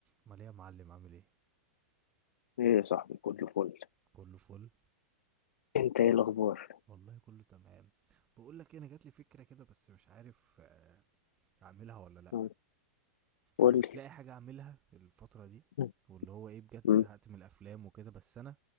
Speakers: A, on the right (about 15°); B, on the left (about 80°).
A: امال ايه يا معلم عامل ايه
B: ايه يا صاحبي كله فل
A: كله فل
B: انت ايه الاخبار
A: والله كله تمام بقول لك إيه، انا جات لي فكره كده بس مش عارف آه، اعملها ولا لا
B: مم. قول
A: انا مش
B: لي
A: لاقي حاجه اعملها الفتره دي
B: مم.
A: واللي هو ايه بجد
B: مم.
A: زهقت من الافلام وكده بس انا